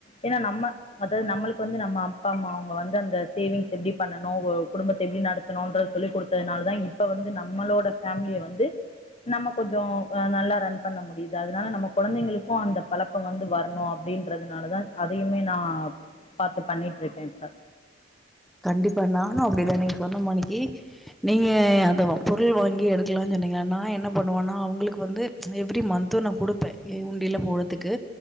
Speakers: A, on the left; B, in the centre.
A: ஏன்னா நம்ம அதாவ்து நம்மளுக்கு வந்து நம்ம அப்பா அம்மாவுங்க வந்து அந்த சேவிங்ஸ் எப்படி பண்ணணும் குடும்பத்தை எப்படி நடத் ணுன்ற சொல்லி கொடுத்ததுனால தான் இப்ப வந்து நம்மளோட ஃபேமிலிய வந்து நம்ம கொஞ்சம் அ நல்லா ரன் பண்ண முடியுது அதனால நம்ம கொழந்தைங்களுக்கும் அந்த பழக் கம் வந்து வரணும் அப்படின்றதுனால தான் அதையுமே நான் பாத்து பண்ணிட்டு இருக்கேன் இப்ப
B: கண்டிப்பா நானும் அப்படிதான் நீங்க சொன்ன மாணிக்கு நீங்க அத பொருள் வாங்கி எடுக்கலாம்னு சொன்னீங்களா நா என்ன பண்ணுவேனா அவுங்களுக்கு வந்து எவ்ரி மந்த்து நா கொடுப்பேன் எ உண்டியல போடதுக்கு